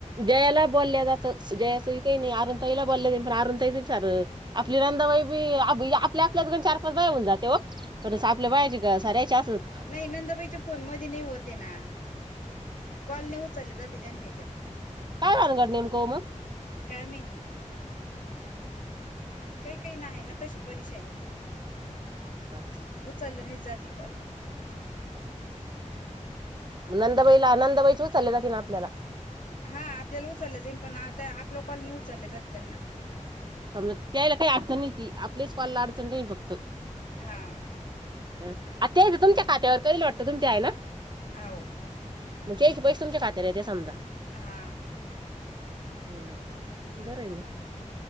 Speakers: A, on the right (about 35°); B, on the left (about 80°).
A: जयाला बोलले असं जयाचंही काही नाही आरूणा ताईला बोलले आरूणा ताईच विचारल आपली नंदाबाई बी आपल्या आपल्यात पण चार पाच बाया होऊन जातो त्यादिवशी आपल्या बायांची का साऱ्यायचे असत.
B: नाही नंदाबाईच्या फोन मध्ये नाही होते ना कॉल नाही उचलले जाते त्यांच्या ह्याच्यात.
A: का लागला नाही मग काॅल मग
B: काय माहिती. काही काही ना आहे ना तशी परीशानी.
A: हो का
B: उचलले नाही जात हे कॉल.
A: नंदबाईला नंदबाई चा उचलले जाते ना आपल्याला.
B: हा आपल्याला उचललं जाईन पण आता आपलं कॉल नाही उचलले जात त्यांना.
A: त्यामुळं त्यायला काही अडचण नाही ती आपलेच कॉलला अडचण आहे फक्त.
B: हा
A: अ ते बी तुमच्या खात्यावर करीले वाटतं तुमच्या आहे ना.
B: हाव
A: म्हणजे त्येचे पैसे तुमच्या खात्यावर येते समदा
B: हां
A: ह बरं मग